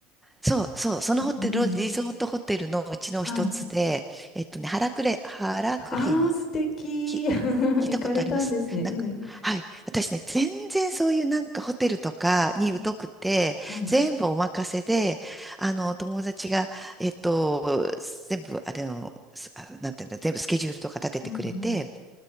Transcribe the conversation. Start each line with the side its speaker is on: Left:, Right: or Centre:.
Centre: そうそう、そのホテル、
Left: うんうん。
Centre: リゾートホテルのうちの一つで、
Left: はい。
Centre: えっとね、原クレ、原クレに、
Left: ああ、素敵。
Centre: き、
Left: <laughs> 行かれたんですね。
Centre: 聞いたことありますなんか、
Left: うん。
Centre: はい。私ね、全然そういうなんかホテルとかに疎くて、
Left: うん。はい。
Centre: 全部お任せで、あの、友達が、えっと、全部、あれの、すあなんていうんだ、全部スケジュールとか立ててくれて、
Left: うんうん。